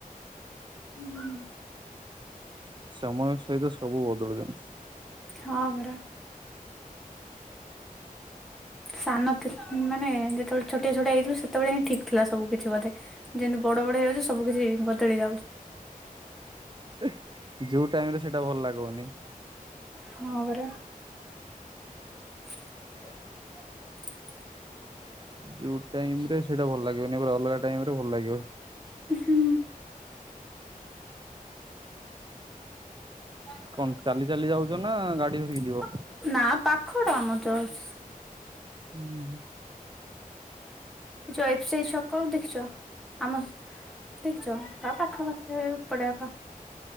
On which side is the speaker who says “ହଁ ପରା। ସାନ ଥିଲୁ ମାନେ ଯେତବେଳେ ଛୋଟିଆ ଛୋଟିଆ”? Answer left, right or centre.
Centre